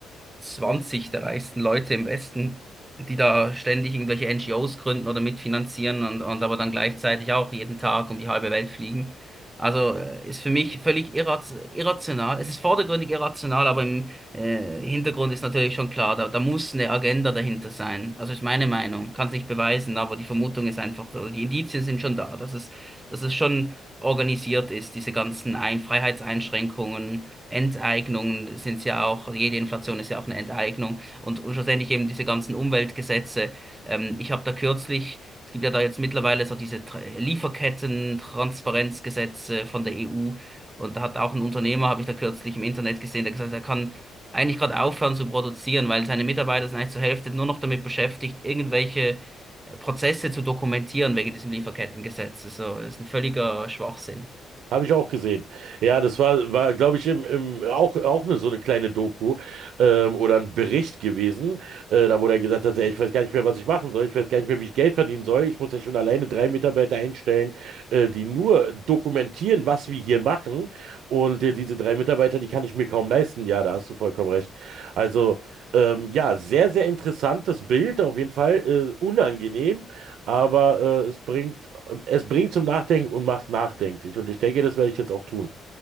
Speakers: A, on the right; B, on the right.
A: zwanzig der reichsten Leute im Westen, die da ständig irgendwelche NGOs gründen oder mitfinanzieren und, und aber dann gleichzeitig auch jeden Tag um die halbe Welt fliegen. Also äh, ist für mich völlig irraz irrational. Es ist vordergründig irrational, aber im äh, Hintergrund ist natürlich schon klar, da, da muss eine Agenda dahinter sein. Also ist meine Meinung, kann es nicht beweisen, aber die Vermutung ist einfach, oder die Indizien sind schon da, dass es, dass es schon organisiert ist, diese ganzen Ein Freiheitseinschränkungen Enteignungen sind ja auch, also jede Inflation ist ja auch eine Enteignung und schlussendlich eben diese ganzen Umweltgesetze. Ähm, ich habe da kürzlich, es gibt ja da jetzt mittlerweile so diese Tra- Lieferketten-Transparenzgesetze von der EU und da hat auch ein Unternehmer, habe ich da kürzlich im Internet gesehen, der gesagt hat, er kann eigentlich gerade aufhören zu produzieren, weil seine Mitarbeiter sind eigentlich zur Hälfte nur noch damit beschäftigt, irgendwelche äh, Prozesse zu dokumentieren wegen diesem Lieferkettengesetz. So, das ist ein völliger Schwachsinn. <laughs>
B: Habe ich auch gesehen. Ja, das war, war, glaube ich, im, im, auch, auch eine, so eine kleine Doku ähm, oder ein Bericht gewesen, äh, da wo der gesagt hat, ey, ich weiß gar nicht mehr, was ich machen soll, ich weiß gar nicht mehr, wie ich Geld verdienen soll. Ich muss ja schon alleine drei Mitarbeiter einstellen, äh, die nur dokumentieren, was wir hier machen. Und äh, diese drei Mitarbeiter, die kann ich mir kaum leisten. Ja, da hast du vollkommen recht. Also, ähm, ja, sehr, sehr interessantes Bild, auf jeden Fall äh, unangenehm, aber äh, es bringt es bringt zum Nachdenken und macht nachdenklich. Und ich denke, das werde ich jetzt auch tun.